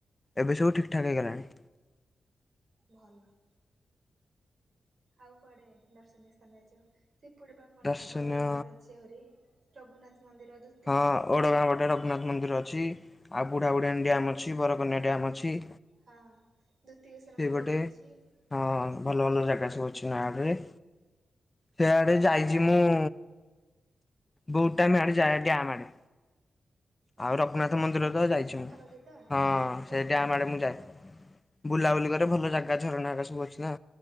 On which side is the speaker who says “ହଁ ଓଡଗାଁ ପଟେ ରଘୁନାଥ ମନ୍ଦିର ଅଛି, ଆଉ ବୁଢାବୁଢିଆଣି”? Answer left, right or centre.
Left